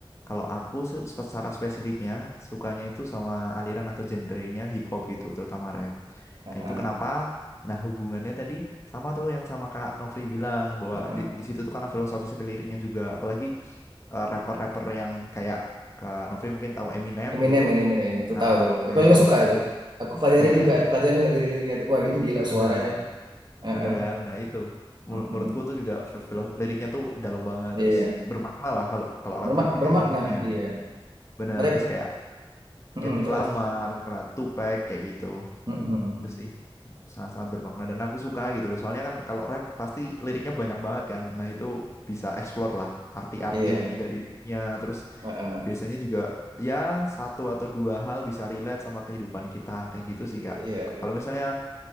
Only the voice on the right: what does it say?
Ah,
ah,
ah.
Eminem,
ini Eminem. Itu
tahu
tuh.
Aku juga suka tuh.
Aku pelajari
juga,
pelajari juga lirik-liriknya. Wah, gini gila
suaranya. Ah,
ah.
mm
Iya,
bermak bermakna.
Iya,
mereka
mm
terus.
Mm-mm.
Iya,
ah, ah.
Iya, iya.